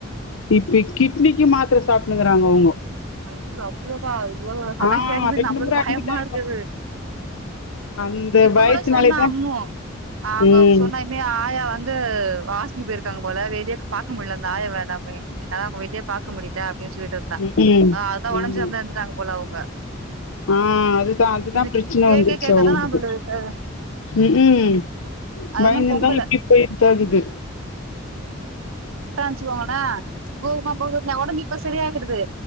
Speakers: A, on the left (about 80°); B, on the right (about 80°).
A: இப்ப கிட்னிக்கு மாத் த்திர சாப்புடுங்கறாங்க அவங்க
B: ஐயோ அவ்வளோவா இவ்ளவு அததான்
A: ஆ
B: கேட்கும்பது
A: ரெண்டு
B: நம்மளுக்கு
A: முற அட்மிட்
B: பயமா
A: ஆயி
B: இருக்குது
A: பாத் அந்த
B: இப்ப
A: பயத்துனாலேதா
B: கூட சொன்னா அம்மு அவங்க
A: ம்
B: சொன்னா இமே ஆயா வந்து <unintelligible> போயிருக்காங்க போல வெளிய பாக்க முடில அந்த ஆய ந என்னால அவங்க வெளியே பா்க்க முடியல <inaudible> இருந்தா‌
A: ம் ம்.
B: ஆஹ் அதான் உம்பு
A: ஆமா
B: செரில்லாமதா இருந்துட்டாங்க போல அவங்க
A: ஆ அதுதான் அதுதான்
B: இப்டி
A: பிரச்சனை
B: கேக்க
A: வந்துச்சு
B: கேக்கதா
A: அங்களுக்கு
B: நம்மளுக்கு
A: ம் ம்
B: அது
A: பயங்க்தான்
B: இன்னு பொங்கல
A: எப்டி போயிருகுது
B: <inaudible> னா <unintelligible> சரியாகடுது